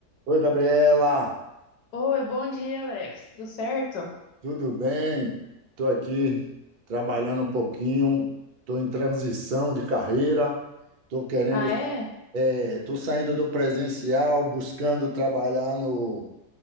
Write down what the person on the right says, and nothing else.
Oi, Gabriela,
tudo bem? Estou aqui trabalhando um pouquinho, estou em transição de carreira, estou querendo,
estou saindo do presencial, buscando trabalhar no,